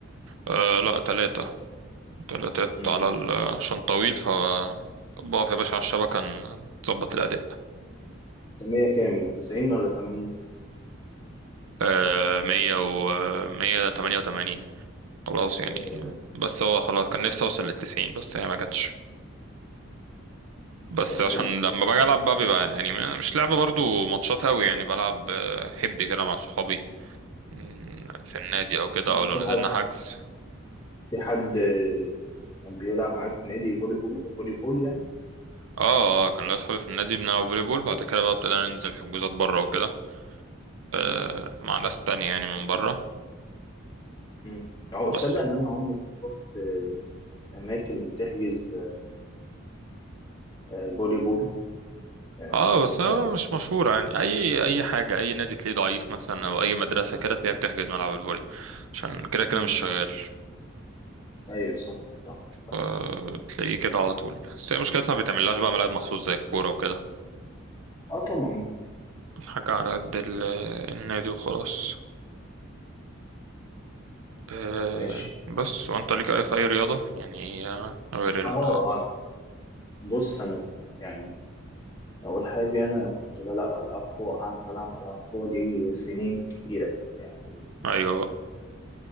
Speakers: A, on the right; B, on the left.
A: آه لا تلاتة تلاتات
B: امم
A: على ال عشان طويل ف بقف يا باشا على الشبكة ن- نظبط الأداء
B: 100 كام؟ 90 ولا 80؟
A: آه مية و مية تمانية وتمانين خلاص يعني
B: 180
A: بس هو خلاص كان نفسي اوصل للتسعين بس هي ما جاتش بس
B: طب
A: عشان
B: حلو
A: لما
B: حلو.
A: باجي العب بقى بيبقى يعني مش لعب برضو ماتشات قوي يعني بلعب آه، حبي كده مع صحابي مم، في النادي او كده
B: في
A: او لو نزلنا
B: حد
A: حجز
B: في حد آه، كان بيلعب معاك في نادي فولي بو- فولي بول يعني؟
A: اه اه كان ليا صحابي في النادي بنلعب فولي بول بعد كده بقى ابتدينا ننزل حجوزات بره وكده آه،
B: امم
A: مع ناس تانية يعني من بره
B: امم أهو
A: بس
B: تصدق إن أنا عمري ما شفت آه، أماكن بتحجز آه، فولي بول آه،
A: اه بس هو
B: ك
A: مش مشهورة يعني اي اي حاجة اي نادي تلاقيه ضعيف مثلا او اي مدرسة كده تلاقيها بتحجز ملعب الفولي عشان كده كده
B: مم.
A: مش شغال
B: أيوه صح صح
A: آه، تلاقيه كده على طول بس هي مشكلتها ما بيتعملهاش بقى ملاعب مخصوص زي الكورة وكده
B: اه طبعا
A: حاجة على قد ال- النادي وخلاص أه
B: ماشي
A: بس وانت ليك أي في أي رياضة يعني آه، غير ال
B: اه انا بص انا يعني اول حاجه انا كنت بلعب العاب قوى قعدت العب العاب قوى دي سنين كتيره يعني
A: أيوة بقى